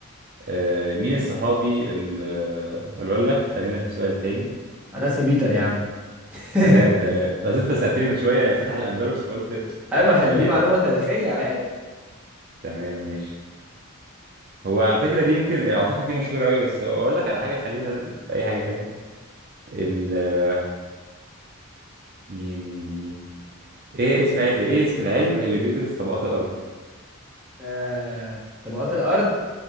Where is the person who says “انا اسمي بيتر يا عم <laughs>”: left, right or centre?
Centre